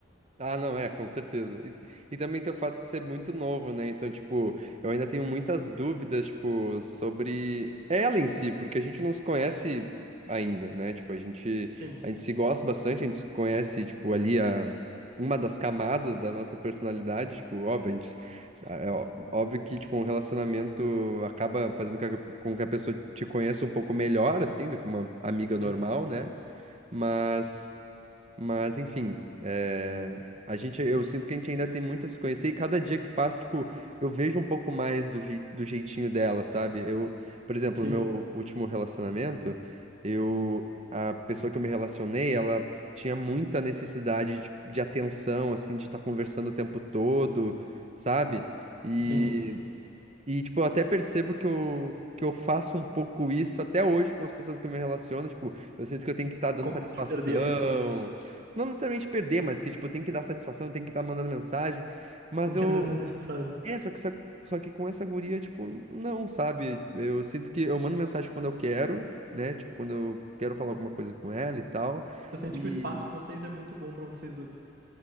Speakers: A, on the right; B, on the right.
A: Ah, não, é, com certeza. E, e também tem o fato de ser muito novo, né? Então, tipo, eu ainda tenho muitas dúvidas, tipo, sobre ela em si, porque a gente não se conhece ainda, né? Tipo, a gente,
B: Sim,
A: a gente se gosta bastante, a gente se conhece, tipo, ali a, uma das camadas da nossa personalidade, tipo, óbvio, a gente, é ó- óbvio que, tipo, um relacionamento acaba fazendo com que a com que a pessoa te conheça um pouco melhor, assim, do que uma amiga
B: sim,
A: normal, né? Mas. Mas, enfim, eh, a gente, eu sinto que a gente ainda tem muito a se conhecer e cada dia que passa, tipo, eu vejo um pouco mais do, jei- do jeitinho dela, sabe? Eu, por exemplo,
B: sim,
A: no meu último relacionamento, eu, a pessoa que eu me relacionei, ela tinha muita necessidade de, de atenção, assim, de estar conversando o tempo todo, sabe? E
B: sim.
A: e, tipo, eu até percebo que eu, que eu faço um pouco isso até hoje com as pessoas que eu me relaciono. Tipo, eu sinto que eu tenho que estar dando
B: Com
A: satisfação.
B: medo de perder a pessoa.
A: Não necessariamente perder, mas que, tipo, eu tenho que dar satisfação, eu tenho que estar mandando mensagem. Mas
B: Sendo
A: eu.
B: que às vezes não é necessário.
A: É, só que, essa- só que com essa guria, tipo, não, sabe? Eu sinto que eu mando mensagem quando eu quero, né? Tipo, quando eu quero falar alguma coisa com ela e tal.
B: Tu sente
A: E.
B: que o espaço de vocês é muito bom pra vocês dois.